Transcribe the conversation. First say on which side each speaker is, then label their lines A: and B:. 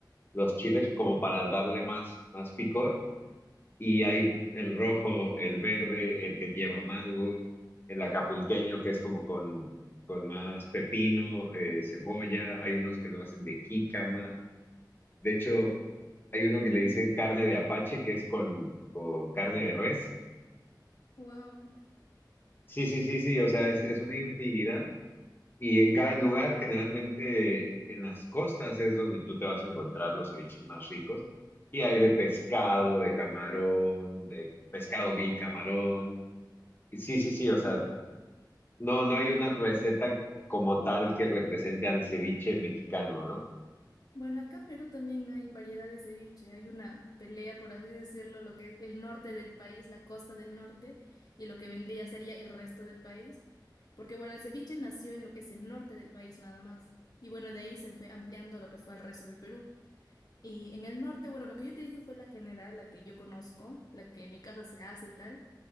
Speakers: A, on the left; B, on the left.
A: los chiles como para darle más, más picor. Y hay el rojo, el verde, el que lleva mango, el acapulqueño que es como con, con más pepino, eh, cebolla. Hay unos que lo hacen de jícama. De hecho, hay uno que le dicen carne de apache, que es con, con carne de res
B: Wow,
A: Sí, sí, sí, sí, o sea, es, es una infinidad y en cada lugar, generalmente en las costas es donde tú te vas a encontrar los ceviches más ricos y hay de pescado, de camarón, de pescado gui, camarón. Y sí, sí, sí, o sea, no, no
B: claro.
A: hay una receta como tal que represente al ceviche mexicano, ¿no?
B: Bueno, acá pero también hay variedad de ceviche. Hay una pelea, por así decirlo, lo que es el norte del país, la costa del norte, y lo que vendría a ser ya el resto del país. Porque bueno, el ceviche nació en lo que es el norte del país nada más. Y bueno, de ahí se fue ampliando a lo que fue al resto del Perú. Y en el norte, bueno, lo que yo te dije fue la general, la que yo conozco, la que en mi casa se hace y tal.